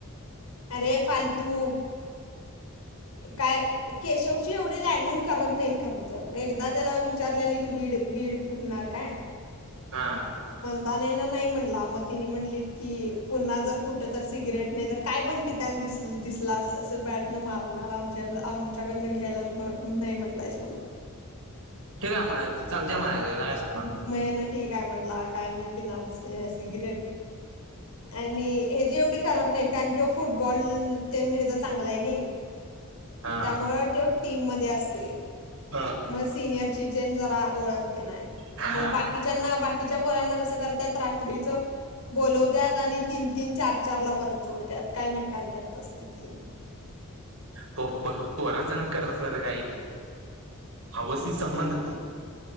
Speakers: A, on the left; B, on the right.
A: अरे फालतू काय केशवची एवढी लँगिंग करत नाहीत खर तर एकदा त्याला विचारलेलीत वीड वीड फुकणार काय
B: हा
A: मताने ना नाही म्हणला मतीनी म्हणलीत की पुन्हा जर कुठ तर सिगरेट नाही तर काय पण पता दिसलाच असं बॅट न मार णार आमच्या आमच्याकडनं घ्यायला नाही म्हटलायस म्हणून
B: ठीक आहेय म्हणायचं चालतेय म्हणायचं नाही.
A: मग ना ठीकय म्हणला काय मी फिणारच ह सिगरेट आणि हे जी एवढी करत नाहीत कारण कि फुटबॉल ते ह ज चांगला आहे नाही
B: हा
A: त्यामु तो टीम म असतोय
B: हा.
A: म सीनिर चीचेन जरा ओळख
B: हा
A: मग बाकीच्या बाकीच्या बोरंना कसं करतात रात्रीच बोलवतात आणि तीन तीन चार चार ला परत सोडतात काय माित का करत असते ती
B: प पोरांसगण करत असत र काही हवस संबंध